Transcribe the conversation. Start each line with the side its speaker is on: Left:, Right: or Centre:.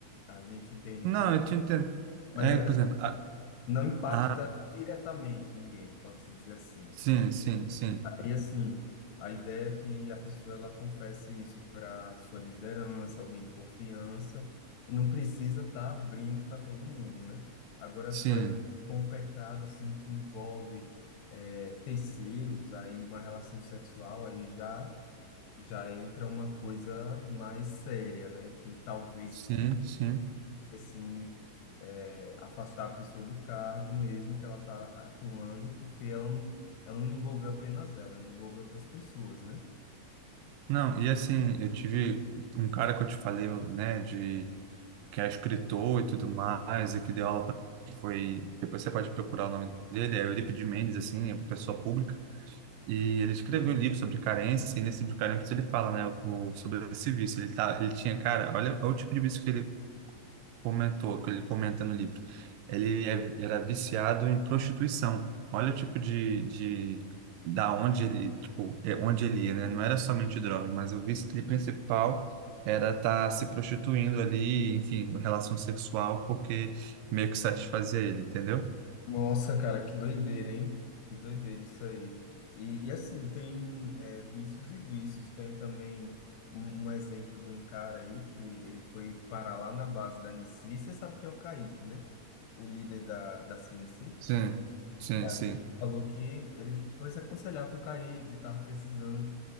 Left: A gente entende
Right: Não,
Left: que,
Right: eu te entendo.
Left: mas
Right: É,
Left: eh,
Right: por exemplo, a,
Left: não impacta
Right: a,
Left: diretamente ninguém, pode-se dizer assim.
Right: sim, sim, sim,
Left: e assim, a ideia é que a pessoa ela confesse isso para sua liderança, alguém de confiança, e não precisa estar abrindo para todo mundo, né? Agora,
Right: sim,
Left: por exemplo, se for um pecado assim que envolve eh, terceiros, aí uma relação sexual, aí já já entra uma coisa mais séria, né? Que talvez,
Right: sim, sim.
Left: assim, é, afastar a pessoa do cargo mesmo que ela está atuando, porque ela não, ela não envolveu apenas ela, ela envolveu outras pessoas, né?
Right: Não, e assim, eu tive um cara que eu te falei, né, de que é escritor e tudo mais, e que deu aula pra, que foi, depois você pode procurar o nome dele, é Eurípides Mendes, assim, é uma pessoa pública, e ele escreveu um livro sobre carência, e nesse livro de carência ele fala, né, o, sobre esse vício, ele tá, ele tinha, cara, olha, olha o tipo de vício que ele comentou, que ele comenta no livro. Ele é- era viciado em prostituição. Olha o tipo de, de da onde ele, tipo, é onde ele ia, né? Não era somente drogas, mas o vício dele principal era estar se prostituindo ali, enfim, relação sexual, porque meio que satisfazia ele, entendeu?
Left: Nossa, cara, que doideira, hein? Que doideira isso aí. E, e assim, tem é, vícios e vícios. Tem também um, um exemplo de um cara aí que ele foi parar lá na base da Nici. Você sabe quem é o Kaique, né? O líder da, da CNC.
Right: Sim, sim,
Left: É,
Right: sim.
Left: ele falou que ele foi se aconselhar com o Kaique, que ele estava precisando